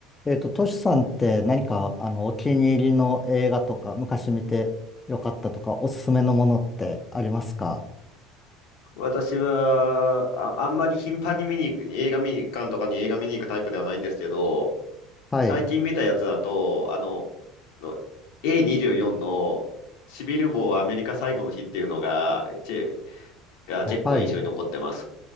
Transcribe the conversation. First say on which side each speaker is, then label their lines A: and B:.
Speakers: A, on the left; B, on the left.
A: えっと、トシさんって何か、あの、お気に入りの映画とか、昔見てよかったとか、おすすめのものってありますか
B: 私は、あ、あんまり頻繁に見に行く、映画見に、館とかに映画見に行くタイプではないんですけど、
A: はい。
B: 最近見たやつだと、あの、の A24 のシビルウォーアメリカ最後の日っていうのが、ち、が結構印象に残ってます。
A: はい。